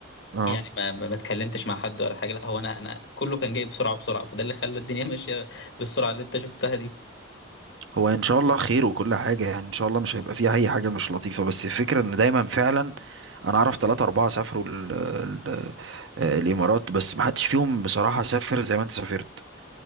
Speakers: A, on the right (about 65°); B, on the left (about 60°).
A: اه
B: يعني ما ما ما اتكلمتش مع حد ولا حاجه لا هو انا انا كله كان جاي بسرعه بسرعه فده اللي خلى الدنيا <laughs> ماشيه بالسرعه اللي انت شفتها دي
A: هو ان شاء الله خير وكل حاجه يعني ان شاء الله مش هيبقى فيها اي حاجه مش لطيفه بس الفكره ان دايما فعلا انا اعرف ثلاثة اربعة سافروا ال ال آه، الامارات بس ما حدش فيهم بصراحه سافر زي ما انت سافرت